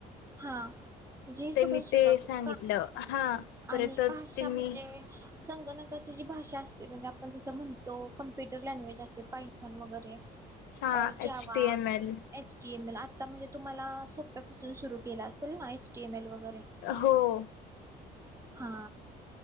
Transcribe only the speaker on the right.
हा म्हणजे सगळं
शिकवतेत
का?
आणि
भाषा म्हणजे संगणक जी भाषा असते म्हणजे आपण जसं म्हणतो कॉम्प्युटर लँग्वेज असते पायथन वगैरे तस
अ Java,
एचकेएमल असं आता म्हणजे तुम्हाला सोप्यापासून सुरू केला असल ना एचटीएमएल वगैरे
हा